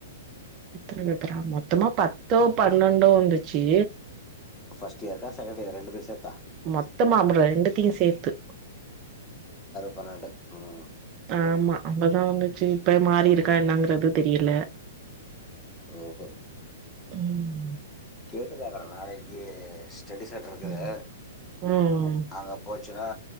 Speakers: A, on the right (about 35°); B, on the left (about 15°).
A: எத்தன பேப்பரா மொத்தமா பத்தோ பன்னொண்டோ வந்துச்சு
B: ஃபஸ்ட் இயருக்கா செகண்ட் இயர் ரெண்டுமே சேத்
A: மொத்தமா அப்றோ ரெண்டுத்தையு சேத்து
B: பனெண்டு உம்
A: ஆம்மா அங்கதா வந்துச்சு இப்ப மாறிருக்கா என்னங்றது தெரியல
B: ரோ ஒ
A: உம்
B: கேட்டு பாக்குற நாளைக்கி ஸ்டேடி சென்டர் இருக்குது
A: ம் ம்
B: அங்க போச்சு தா